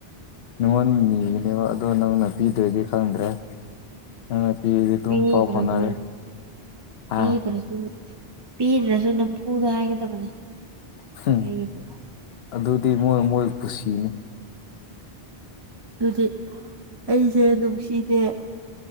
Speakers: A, on the left; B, on the right.
A: ꯅꯪꯉꯣꯟꯗ ꯅꯤꯒꯅꯤꯕ ꯑꯗꯣ ꯅꯪꯅ ꯄꯤꯗ꯭ꯔꯗꯤ ꯈꯪꯗ꯭ꯔꯦ ꯅꯪꯅ ꯄꯤꯔꯗꯤ ꯑꯗꯨꯝ
B: ꯄꯤꯗ꯭ꯔꯁꯨ
A: ꯄꯥꯎ ꯐꯥꯎꯅꯔꯦ
B: ꯄꯤꯗ꯭ꯔꯁꯨ
A: ꯑ
B: ꯄꯤꯗ꯭ꯔꯁꯨ ꯅꯝꯐꯨꯗ ꯍꯥꯏꯒꯗꯕꯅꯦ
A: ꯍꯝ
B: ꯑꯩꯒꯤꯗꯤ
A: ꯑꯗꯨꯗꯤ ꯃꯣꯏ ꯃꯣꯏ ꯀꯨꯁꯤꯅꯦ
B: ꯑꯗꯨꯗꯤ ꯑꯩꯁꯦ ꯅꯨꯡꯁꯤꯗꯦ